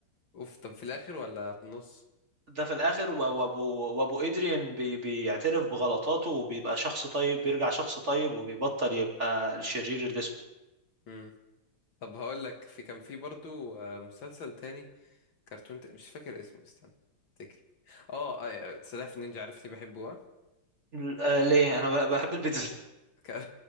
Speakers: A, on the left (about 60°); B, on the right (about 35°).
A: اوف طب في الاخر ولا في النص
B: <laughs> ده في الاخر و- وابو وابو ادريان بي بيعترف بغلطاته وبيبقى شخص طيب بيرجع شخص طيب وبيبطل يبقى الشرير اللي اسمه
A: امم طب هقول لك في كان في برضو آه، مسلسل تاني كرتون ت... مش فاكر اسمه استنى افتكر اه آه، آه، سلاحف النينجا عارف ليه بحبه ها
B: ل- آه ليه انا ب- بحب البيتزا
A: ك... <laughs>